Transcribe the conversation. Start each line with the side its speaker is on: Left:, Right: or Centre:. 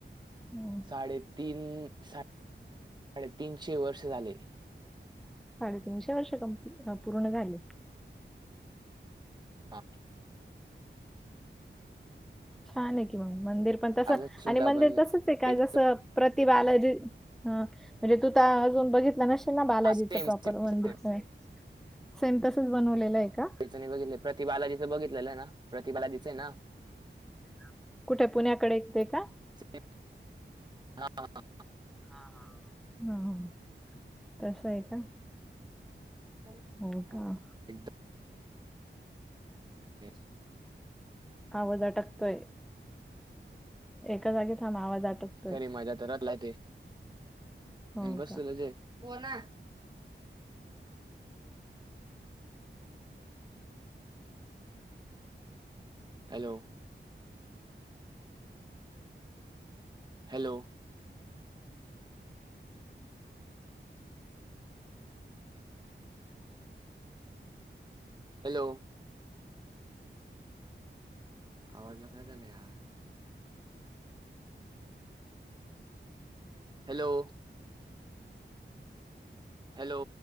Centre: हम्म.
Right: साडे तीन, साडे <inaudible> तीनशे वर्ष झाले.
Centre: साडेतीनशे वर्ष कम-पूर्ण झाले.
Right: हा.
Centre: छाने की मग, मंदिर पण तस
Right: अजून सुद्धा
Centre: आणि मंदिर
Right: पण
Centre: तसच काग?
Right: एक
Centre: जस प्रतिबालाजी हं म्हणजे तू त अजून बघितला नश ना बालाजीच
Right: सेम
Centre: प्रॉपर
Right: सेम
Centre: मंदिरच,
Right: सेम
Centre: सेम तसच बनवलेलं ये का?
Right: च नहीं बघितल, प्रतिबालाजीच बघितलेलं ना, प्रतिबालाजीच ना
Centre: <inaudible> कुठे, पुण्याकडे ये ते का?
Right: स <unintelligible> अं.
Centre: हां हां, तसय का?
Right: ह <unintelligible>
Centre: हो का
Right: एकदम <unintelligible>
Centre: आवाज अटकतोय, एका जागी थांब, आवाज अटक
Right: खरी मजा तर <unintelligible> ते
Centre: हो
Right: बसलेलो
Centre: का?
Right: च, हो ना. हॅलो? हॅलो? हॅलो? आवाजला काय झालं यार? हॅलो? हॅलो?